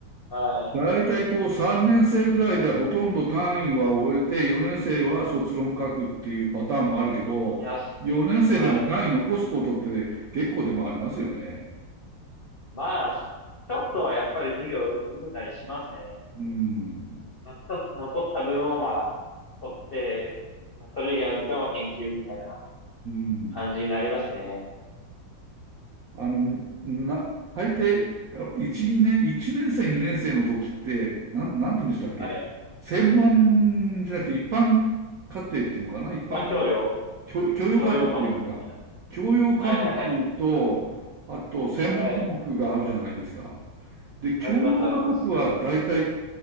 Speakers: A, on the left; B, on the right.
A: はい。
B: 大体こう3年生ぐらいでほとんど単位は終えて、4年生は卒論書くっていうパターンもあるけど、
A: いや、
B: 4年生でも単位残すことって結構でもありますよね。
A: はい。まあ、ちょっとはやっぱり授業受けたりしますね。
B: うん。
A: まあちょっと残った分をまあ、取って、まあ、それ以外の時間は研究みたいな
B: うん。
A: 感じになりますね。
B: あの、な、大抵、1、2年、1年生、2年生の時って、なん、なんて言うんでしたっけ専門じゃなくて一般課程っていうのかな一般
A: はい。一般教養、
B: 教教養科目っていうんですか。
A: 教養科目みたいな。
B: 教養科目と、
A: はいはいはい。
B: あと専門科目があるじゃないですか。
A: はい。
B: で、教養科目は大体、
A: ありますあります。